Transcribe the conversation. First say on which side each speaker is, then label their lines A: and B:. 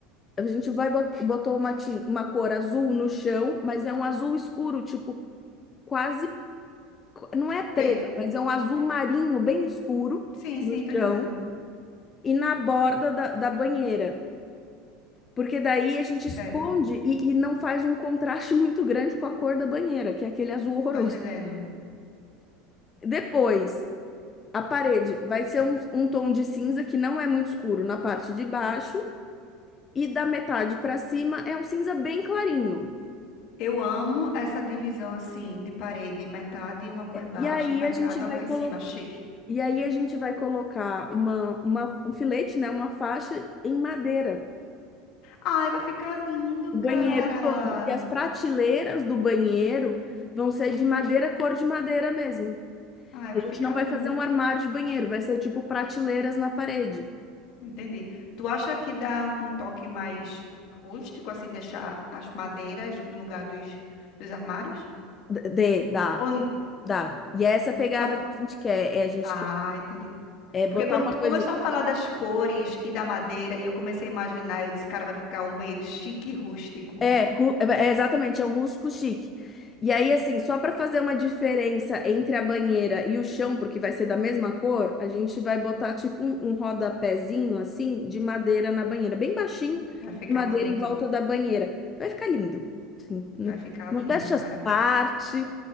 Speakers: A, on the left; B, on the left.
A: A gente vai bot- botou uma, tin- uma cor azul no chão, mas é um azul escuro, tipo quase não é preto,
B: Preto?
A: mas é um azul marinho bem escuro
B: Sim,
A: no
B: sim, tô
A: chão
B: entendendo.
A: e na borda da, da banheira. Porque daí a gente
B: Certo.
A: esconde e, e não faz um contraste <laughs> muito grande com a cor da banheira, que é aquele azul horroroso.
B: Tô entendendo.
A: Depois, A parede vai ser um, um tom de cinza que não é muito escuro na parte de baixo, e da metade para cima é um cinza bem clarinho.
B: Eu amo essa divisão assim de parede, metade uma cor embaixo,
A: E aí
B: metade
A: a gente vai
B: uma cor em
A: colocar.
B: cima, chique.
A: E aí a gente vai colocar uma, uma- um filete, né, uma faixa em madeira,
B: Ai, vai ficar lindo,
A: o banheiro
B: cara.
A: todo. E as prateleiras do banheiro vão ser de madeira, cor de madeira mesmo.
B: Ai,
A: E
B: vai
A: a gente
B: ficar
A: não vai
B: lindo.
A: fazer um armário de banheiro, vai ser tipo prateleiras na parede.
B: Entendi. Tu acha que dá um, um toque mais rústico, assim, deixar as madeiras no lugar dos, dos armários?
A: D- Dê, dá,
B: Ou, n-
A: dá. E é essa pegada
B: então,
A: que a gente quer, é a gente
B: ah, entendi.
A: É botar
B: Porque quando
A: uma
B: tu
A: coisa.
B: começou a falar das cores e da madeira, e eu comecei a imaginar, eu disse, cara, vai ficar um banheiro chique e rústico.
A: É, ru- é é, exatamente, é o rústico chique. E aí, assim, só para fazer uma diferença entre a banheira e o chão, porque vai ser da mesma cor, a gente vai botar tipo um, um rodapézinho assim de madeira na banheira, bem baixinho,
B: Vai ficar
A: de madeira
B: bonito.
A: em volta da banheira. Vai ficar lindo. Assim, né?
B: Vai ficar
A: modéstia
B: lindo, cara.
A: à parte,